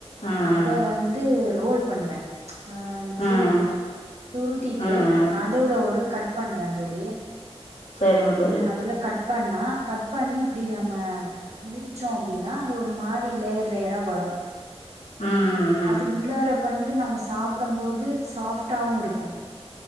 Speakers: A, on the left; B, on the right.
A: ம்
B: அத வந்து ரோல் பண்ணுவே அ அந்த
A: ம்
B: சுருட்டுவே சுருட்டிட்டு
A: ம்
B: நடுவுல ஒரு கட் பண்ணுவே தோழி
A: செரிங்க தோழி
B: நடுவுல கட் பண்ணா கட் பண்ணி இப்டி நம்ம விரிச்சோ அப்டின்னா அது ஒரு மாரி லேயர் லேயரா வரு
A: ம்
B: அது உள்ளார வந்து நம்ம சாப்டம் போது சாஃப்ட்டாவுருக்கு